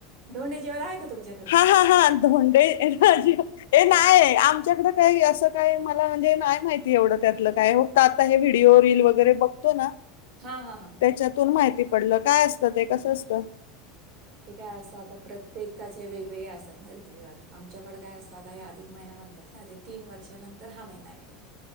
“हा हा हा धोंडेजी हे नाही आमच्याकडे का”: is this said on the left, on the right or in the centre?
Left